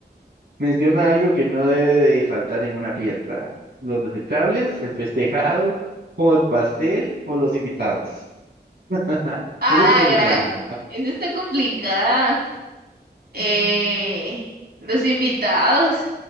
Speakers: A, on the right; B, on the right.
A: Menciona algo que no debe de faltar en una fiesta. Los desechables, el festejado, o el pastel, o los invitados. <laughs>
B: A
A: Eso está
B: la
A: complicada.
B: gran. Eso está complicada. Eh,
A: Mm.
B: los invitados.